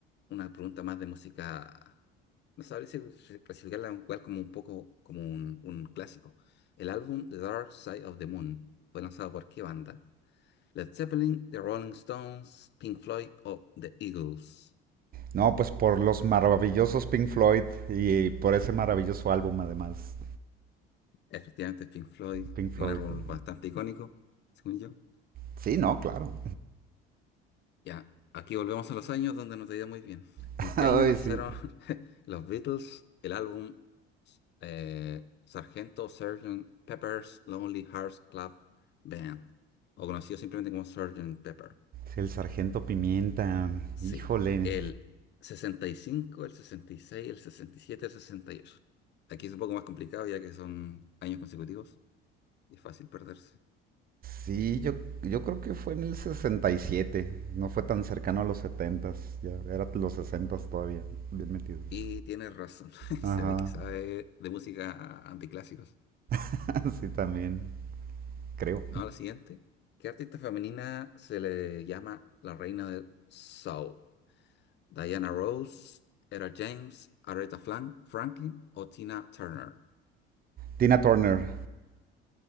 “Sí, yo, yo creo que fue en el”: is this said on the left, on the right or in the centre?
Right